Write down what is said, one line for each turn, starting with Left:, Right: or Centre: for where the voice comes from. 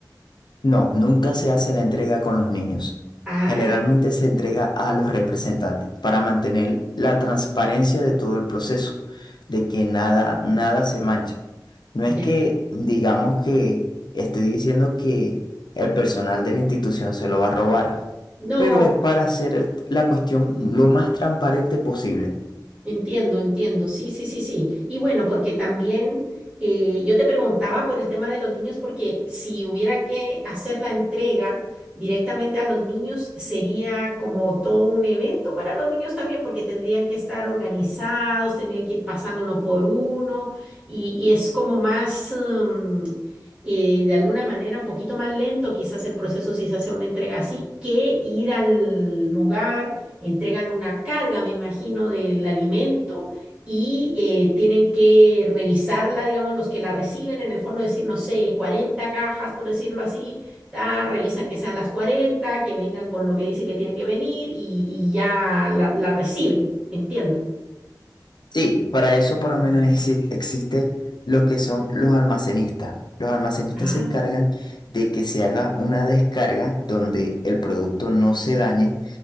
Left: No, nunca se hace la entrega con los niños.
Right: Ah.
Left: Generalmente se entrega a los representantes para mantener la transparencia de todo el proceso, de que nada, nada se mancha. No es
Right: Ya.
Left: que digamos que estoy diciendo que el personal de la institución se lo va a robar,
Right: No,
Left: pero es para hacer el- la cuestión lo más transparente posible.
Right: entiendo, entiendo. Sí, sí, sí, sí. Y bueno, porque también eh, yo te preguntaba por el tema de los niños, porque si hubiera que hacer la entrega directamente a los niños, sería como todo un evento para los niños también, porque tendrían que estar organizados, tendrían que ir pasando uno por uno, y, y es como más, mm, eh, de alguna manera, un poquito más lento quizás el proceso si se hace una entrega así, que ir al lugar entregan una carga, me imagino, del alimento y eh, tienen que revisarla, digamos, los que la reciben, en el fondo decir, no sé, 40 cajas, por decirlo así, ta, revisan que sean las 40 que vengan con lo que dice que tiene que venir y, y ya la, la reciben, entiendo.
Left: Sí, para eso por lo menos exi- existe lo que son los almacenistas. Los almacenistas
Right: Ah,
Left: se encargan de que se haga una descarga donde el producto no se dañe